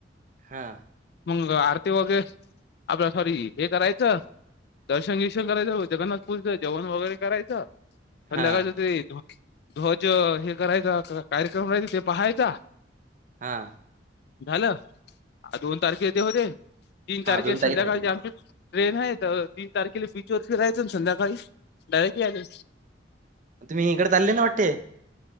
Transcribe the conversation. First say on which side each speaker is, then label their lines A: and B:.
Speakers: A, on the right (about 45°); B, on the left (about 60°).
A: हा.
B: मग आरती वगैरे आपल्या सॉरी हे करायचं. दर्शन गिर्षण करायचं जगन्नाथपूरचं जेवण वगैरे करायच, संध्याकाळचं
A: हां,
B: ते ध्वज हे करायचा कार्यक्रम करायचा ते पहायचा.
A: हा.
B: झालं. दोन तारखे ते होते तीन
A: हां,
B: तारखे
A: तारीख
B: संध्याकाळचे
A: पाहिजे.
B: आमचे ट्रेन आहे तीन तारखेला. बीच वर फिरायचं ना संध्याकाळी डायरेक्ट यायला-
A: तुम्ही इकडे चालले ना वाटते?